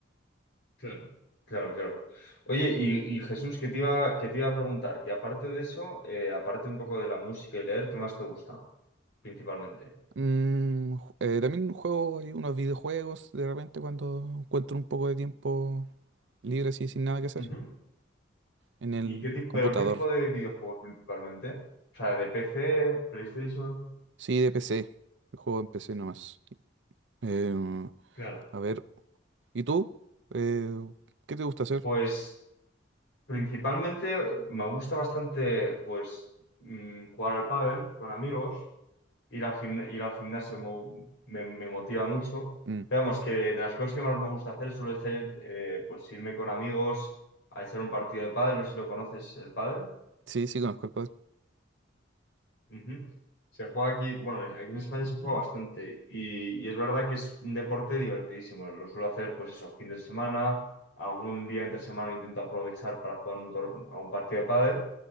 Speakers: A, on the left; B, on the right.
A: Claro. claro, claro. Oye, y, y Jesús, ¿qué te iba, qué te iba a preguntar? Y aparte de eso, eh, aparte un poco de la música y leer, ¿qué más te gusta principalmente?
B: Mm, ju- eh, también juego ahí unos videojuegos de repente cuando encuentro un poco de tiempo libre así sin nada que hacer
A: Ujú.
B: en el
A: ¿Y qué tipo,
B: computador.
A: pero qué tipo de videojuegos principalmente? O sea, de PC, PlayStation.
B: Sí, de PC. el Juego en PC nomás. Em,
A: Claro.
B: a ver, ¿y tú? Eh, ¿qué te gusta hacer?
A: Pues Principalmente eh, me gusta bastante pues mm, jugar al pádel con amigos, ir al gimna- ir al gimnasio mo- me, me motiva mucho.
B: Mm,
A: Pero Vamos, que de las cosas que más me gusta hacer suele ser eh, pues irme con amigos a echar un partido de pádel, no sé si lo conoces el pádel.
B: sí, sí, conozco el padre.
A: Ujú. Se juega aquí, bueno, aquí en España se juega bastante y, y es verdad que es un deporte divertidísimo. Lo suelo hacer pues eso, fin de semana, algún día entre semana intento aprovechar para jugar un tor- a un partido de pádel.